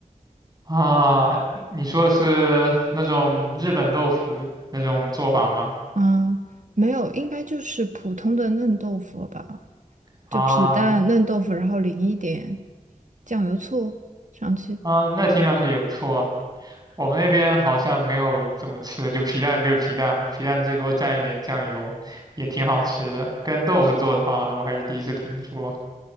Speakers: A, on the right (about 30°); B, on the right (about 60°).
A: 啊，你说的是那种日本豆腐的那种做法吗？
B: <laughs> 嗯，没有，应该就是普通的嫩豆腐吧，
A: 啊
B: 就皮蛋嫩豆腐，然后淋一点酱油醋上去。
A: 啊，那听上去也不错啊。我们那边好像没有这么吃的，就皮蛋就是皮蛋了，皮蛋最多蘸一点酱油，也挺好吃的。跟豆腐做的话，我还是第一次听说。